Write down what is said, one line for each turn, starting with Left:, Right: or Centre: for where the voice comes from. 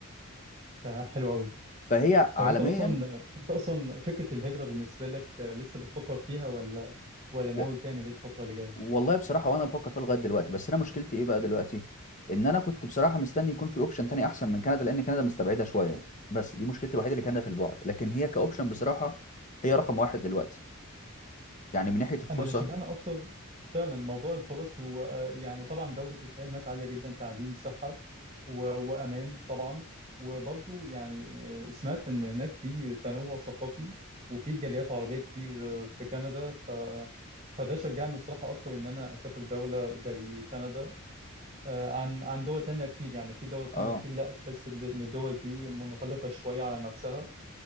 Right: ده حلو قوي
Left: فهي
Right: طب
Left: عالميا
Right: انت اصلا انت اصلا فكرة الهجرة بالنسبة لك آه، لسه بتفكر فيها ولا ولا ناوي
Left: و...
Right: تعمل ايه الفترة اللي جاية
Left: والله بصراحه وانا بفكر فيها لغايه دلوقتي بس انا مشكلتي ايه بقى دلوقتي ان انا كنت بصراحه مستني يكون في اوبشن تاني احسن من كندا لان كندا مستبعدها شويه بس دي مشكلتي الوحيده اللي كندا في البعد لكن هي كاوبشن بصراحه هي رقم واحد دلوقتي يعني من ناحيه الفرصه
Right: انا اللي شجعني اكتر فعلا موضوع الفرص هو آه، يعني طبعا جودة الحياة هناك عالية جدا تعليم صحة و- وامان طبعا وبرضو يعني آه، سمعت ان هناك في تنوع ثقافي وفي جاليات عربية كتير آه، في كندا ف فده شجعني الصراحة أكتر إن أنا أسافر دولة زي كندا آه، عن عن دول تانية كتير يعني في دول تانية
Left: اه
Right: كتير لا تحس إن الدول دي منغلقة شوية على نفسها